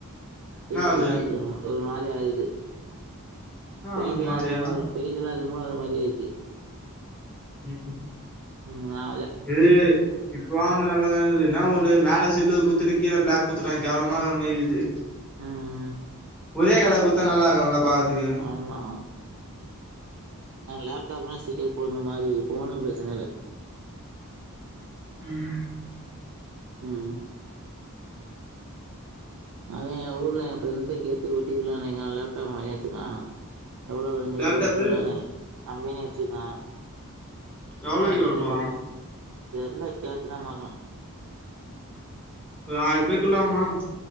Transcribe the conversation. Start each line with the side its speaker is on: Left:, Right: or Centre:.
Centre: என்னா
Right: துருபிடிக்குது
Centre: ஆவுது
Right: ஒரு மாதி ஆகுது
Centre: என்னா
Right: பெயிண்ட்லாம்
Centre: ஆவுது மாரியானா
Right: ரொம்ப பெயண்ட்லாம் ரிமுவ் ஆ மாதிரி இருக்கு
Centre: ம்
Right: ம் ஆ
Centre: இது இத் வாங்கு நல்லாதாகுது இன்னா ஒண்ணு மேல சில்வர் குத்துட்டு கீழே ப்ளாக் குத்துட்டாங் கேவ்லமாகுற மேரிகுது
Right: ம் ம்
Centre: உதிய கலர் குத்தா நல்லார்க்கோல்ல பாக்கர்த்துக்கு
Right: அம்மா நாங்க லேப்டாப்லா ஸ்டிக்கரு போன மாதிரி ஃபோனுக் ப்ரச்சன இல்ல
Centre: ம்
Right: ம் ம் அத என் ஊர்ல என் ஃப்ரண்ட்ஸ கேட்டு ஒட்டி உட்லாமே எ லேப்டாப் மாரி எட்த்துட்டான் எவ்வளவு இங்கத்து
Centre: லேப்டாப்பு
Right: ஒரு தேவ்லானே கம்பெனி வெச்சிருக்கா
Centre: எவ்ளோ
Right: அவன்
Centre: கிலோ
Right: கிட்ட
Centre: ஓட்டுவா
Right: குட தெர்ல கேட்டுதா பாக்ணோ
Centre: ஒரு ஆயர்பாய்க்குல்ல ஆவுமா